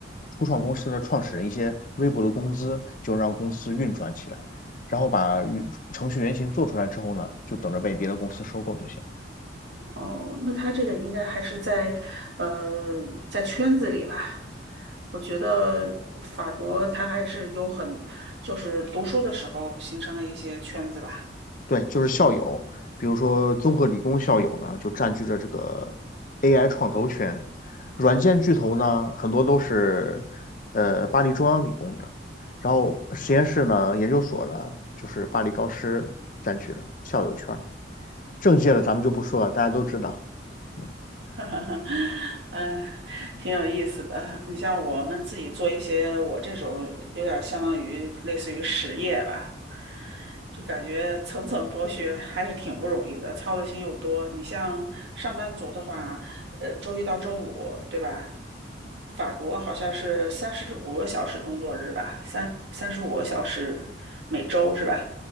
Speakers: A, on the left; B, on the right.
A: 初创公司的创始人一些微薄的工资，就让公司运转起来，然后把语程序原型做出来之后呢，就等着被别的公司收购就行了。
B: 哦，那他这个应该还是在，呃，在圈子里吧。我觉得法国他还是有很，就是读书的时候形成了一些圈子吧。
A: 对，就是校友，比如说综合理工校友呢，就占据着这个 AI 创投圈；软件巨头呢，很多都是呃巴黎中央理工的，然后实验室呢、研究所呢，就是巴黎高师占据了校友圈儿。政界的咱们就不说了，大家都知道。嗯，
B: <laughs> 哈哈，嗯，挺有意思的。你像我们自己做一些，我这种有点相当于类似于实业吧，就感觉层层剥削还是挺不容易的，操的心又多。你像上班族的话，呃，周一到周五，对吧？法国好像是三十五个小时工作日吧，三三十五个小时每周是吧？